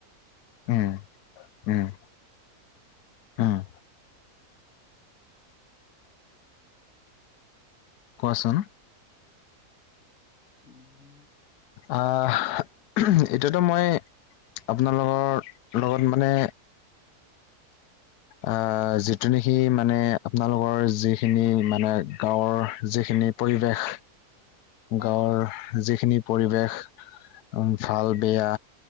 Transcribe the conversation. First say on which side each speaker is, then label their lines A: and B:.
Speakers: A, on the left (about 85°); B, on the left (about 55°).
A: উম, উম, উম। কোৱাচোন।
B: উম।
A: আহ এতিয়াতো মই আপোনালোকৰ লগত মানে
B: <unintelligible>
A: আহ যিটো নেকি মানে, আপোনালোকৰ যিখিনি মানে, গাঁৱৰ যিখিনি পৰিৱেশ,
B: হয়
A: গাঁৱৰ
B: হয়
A: যিখিনি পৰিৱেশ উম ভাল বেয়া